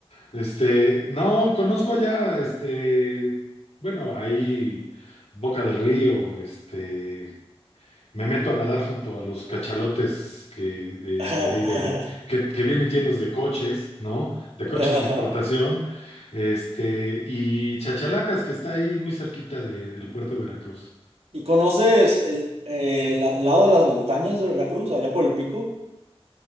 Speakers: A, on the left (about 85°); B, on the right (about 70°).
A: Este, no, conozco allá, este, bueno, ahí Boca del Río, este. Me meto a nadar junto a los cachalotes que de,
B: <laughs>
A: de ahí de que, que vienen llenos de coches, ¿no? De coches
B: Ajá.
A: de importación, este, y Chachalacas, que está ahí muy cerquita de- del puerto de Veracruz.
B: ¿Y conoces el, el el lado de las montañas de Veracruz, allá por el pico?